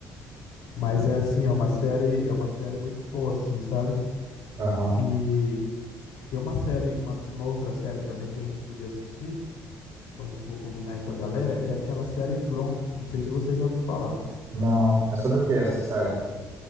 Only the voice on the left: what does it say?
Mas é assim, é uma série, é uma série muito boa, assim, sabe?
E tem uma série, uma uma outra série também que a gente podia assistir quando for combinar aí com a galera, é aquela série From. Não sei se você já ouviu falar.